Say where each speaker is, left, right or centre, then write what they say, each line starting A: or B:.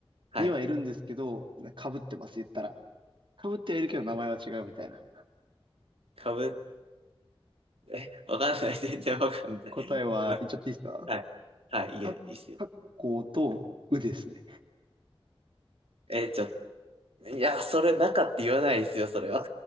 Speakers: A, on the right (about 80°); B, on the right (about 55°).
A: はい。
B: にはいるんですけど、かぶってます、言ったら。かぶってはいるけど名前は違うみたいな。
A: かぶ、え、わかんない。<laughs> 全然わかんない。
B: 答えは言っちゃっていいですか
A: <laughs> はい。はい、いいよ、
B: か、
A: いいっすよ。
B: かっこうとうですね。
A: え、ちょ、いや、それ中って言わないですよ、それは。